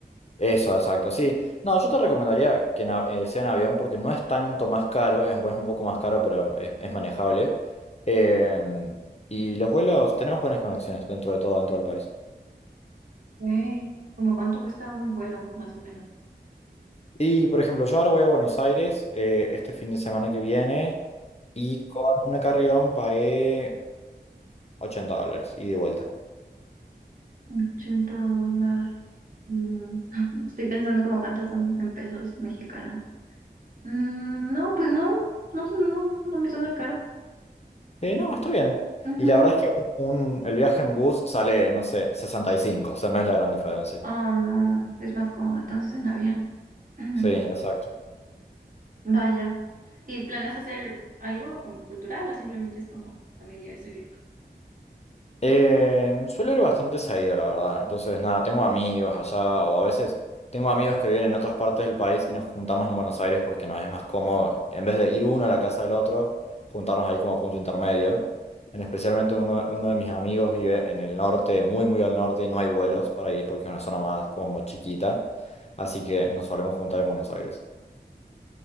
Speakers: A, on the left; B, on the right.
A: Eso, exacto, sí. No, yo te recomendaría que en av- eh, sea en avión porque no es tanto más caro, es, bueno, es un poco más caro, pero es, es manejable. Em, y los vuelos, tenemos buenas conexiones dentro de todo, dentro del país.
B: Ok. ¿Como cuánto cuesta un vuelo, más o menos?
A: Y, por ejemplo, yo ahora voy a Buenos Aires eh, este fin de semana que viene y con una carrión pagué 80 dólares ida y de vuelta.
B: 80 dólares. Mm, <laughs> Estoy pensando como cuántos son en pesos mexicanos. Mm, no, pues no, no, no, no me suena caro.
A: Eh, no, está bien.
B: Ujú.
A: Y la verdad es que un, el viaje en bus sale, no sé, 65, o sea, no es la gran diferencia.
B: Oh, no, es más cómodo entonces en avión. Ujú.
A: Sí, exacto.
B: Vaya. ¿Y planeas hacer algo como cultural o simplemente es como familiar ese viaje?
A: Eh, suelo ir bastante seguido, la verdad. Entonces, nada, tengo amigos allá, o a veces tengo amigos que viven en otras partes del país y nos juntamos en Buenos Aires porque nos es más cómodo, en vez de ir uno a la casa del otro, juntarnos ahí como punto intermedio. En especialmente uno, uno de mis amigos vive en el norte, muy, muy al norte, y no hay vuelos para ir porque es una zona más como chiquita. Así que nos solemos juntar en Buenos Aires.